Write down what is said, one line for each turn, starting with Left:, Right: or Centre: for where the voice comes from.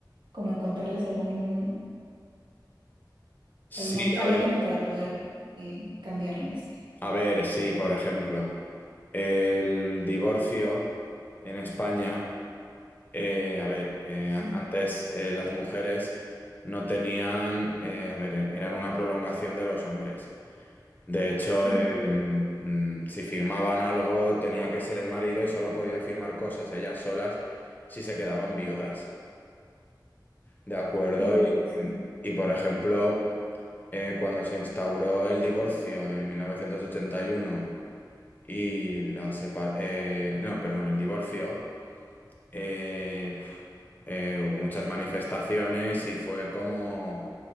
Right: como encontrarles algún,
Left: Sí,
Right: alguna cara
Left: a ver,
Right: como para poder eh, cambiarlas.
Left: a ver, sí, por ejemplo, el divorcio en España, eh, a ver, eh,
Right: Sí,
Left: an- antes eh, las mujeres no tenían, eh, a ver, er- eran una prolongación de los hombres. De hecho,
Right: sí,
Left: eh, em, mm, si firmaban algo tenía que ser el marido y solo podían firmar cosas ellas solas si se quedaban viudas. ¿De acuerdo?
Right: es verdad,
Left: Y,
Right: sí.
Left: y por ejemplo, eh, cuando se instauró el divorcio en mil novecientos ochenta y uno Y la separación, no, perdón, el divorcio, eh, eh, hubo muchas manifestaciones y fue como,